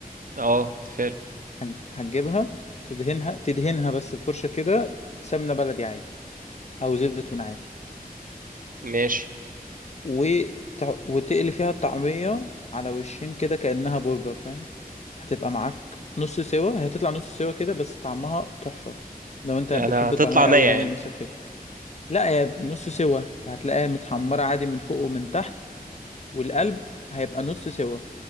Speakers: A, on the right; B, on the left.
A: اه تفال
B: هج- هتجيبها تدهنها تدهنها بس بفرشة كده سمنة بلدي عادي او زيت زيتون عادي
A: ماشي
B: وتع... وتقلي فيها الطعمية على وشين كده كأنها برجر فاهم هتبقى معاك نص سوا هي هتطلع نص سوا كده بس طعمها تحفة لو انت
A: يعني
B: بتحب
A: هتطلع
B: الطعمية قوي
A: نية
B: يعني
A: يعني
B: ونفسك فيها لا هي نص سوا هتلاقيها متحمرة عادي من فوق ومن تحت والقلب هيبقى نص سوا